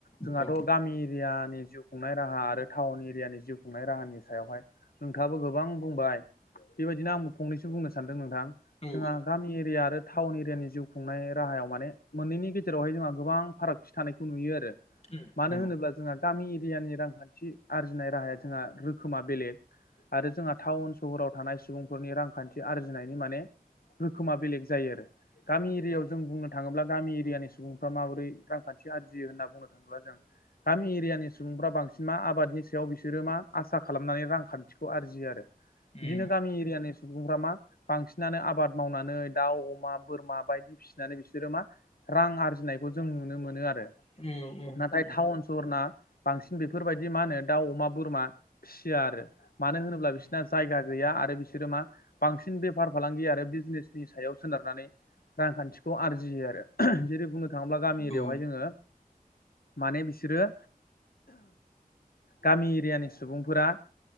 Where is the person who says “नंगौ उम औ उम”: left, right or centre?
Left